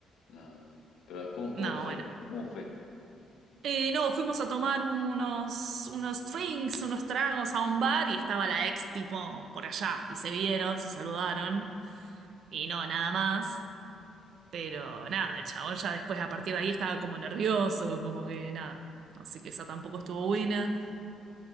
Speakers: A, on the left; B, on the right.
A: no, no, no. Pero ¿cómo,
B: No,
A: cómo fue?
B: bueno.
A: ¿Cómo fue?
B: Eh, no, fuimos a tomar unos, unos drinks, unos tragos a
A: Sí.
B: un bar y estaba la ex tipo por allá y se vieron, se saludaron y no, nada más. Pero nada, el chabón ya después a partir de ahí estaba como nervioso, como que nada. Así que esa tampoco estuvo buena.